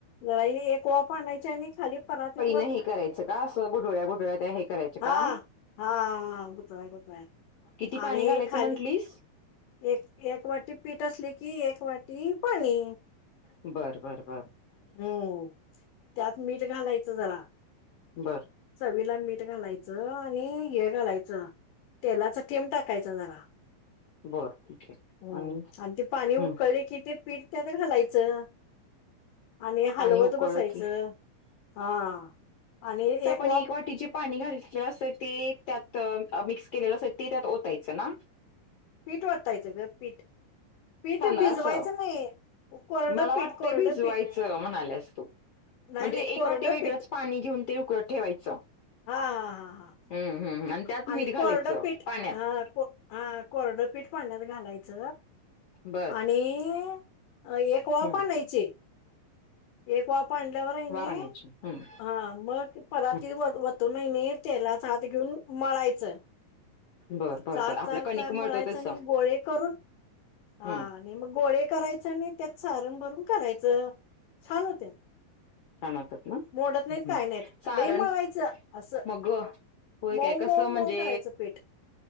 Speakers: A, on the left; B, on the left.
A: जरा एक वा प आणायची आणि खाली परातीत व-
B: नाही हे करायच का? असं गुठुळ्या गुठुळ्या हे करायच
A: हा
B: का-
A: हा गुतवाय गुतवाय
B: किती पाणी
A: आणि
B: घालायचं
A: खाली
B: म्हंटलीस?
A: एक, एक वाटी पीठ असले की एक वाटी पाणी.
B: बरं -बरं -बरं
A: होम् त्यात मीठ घालायचं जरा,
B: बर
A: चवीला मीठ घालायचं आणि हे घालायचं, तेलाचा थेंब टाकायचा जरा-
B: होर ठीक आहे
A: हम्म
B: आणि-
A: ते पाणी
B: हम्म
A: उकळले कि ते पीठ त्यात घालायचं, आणि हलवत
B: पाणी उकळलं
A: बसायचं
B: की
A: हा आणि एक-
B: पण
A: वाफ
B: एक वाटी जे पाणी घातलं असत, ते त्यात मिक्स केलेलं असत ते त्यात ओतायचं ना,
A: पीठ वाटायचं ग पीठ पीठ
B: तांदळाच,
A: भिजवायचं नाही कोरडं
B: मला वाटते
A: पीठ कोरडं
B: भि जवायचं
A: पीठ
B: म्हणाले अस तू-
A: नाही
B: म्हणजे
A: नाही कोरडं
B: एक वाटी वेगळंच
A: पीठ
B: पाणी घेऊन ते उकळत ठेवायचं.
A: हा... हा...
B: हम्म हम्म त्यात
A: आणि
B: मीठ घालायचं
A: कोरडपीठ
B: पाण्यात
A: ह हा कोरडपीठ- पाण्यात घालायच
B: बर
A: आणि- एक वा
B: हम्म
A: पानायचे- एक वाफ आणल्यावर आहे नि-
B: वाफ आणायची हम्म
A: हा मग पराती
B: हम्म
A: वतो नाही, नाही तेलाच हात घेऊन मळायचं.
B: बर बर
A: चार
B: बर
A: -चार
B: आपलं कणिक
A: -चार
B: मळतो
A: मळायच
B: तसं
A: आणि गोळे करून हा
B: हम्म
A: आणि मग गोळे- करायच आणि त्यातच सारण भरून करायचं छान होते.
B: ानतात ना
A: मोडत
B: <unintelligible>
A: नाहीत काय नाही
B: सारण
A: लय मवायचं असं,
B: मग होय
A: मऊ-
B: काय कसं
A: मऊ-
B: म्हणजे
A: मऊ करायचं पीठ,